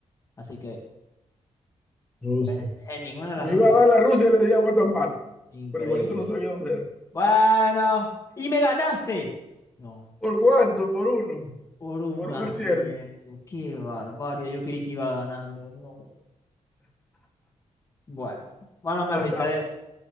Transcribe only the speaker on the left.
Así que,
pues, en ninguna de
las dos
que
yo.
Increíble.
Bueno, y me ganaste. No.
Por un
acierto,
qué barbaridad. Yo creí que iba ganando. No. Bueno, bueno, Mervin,
te, de-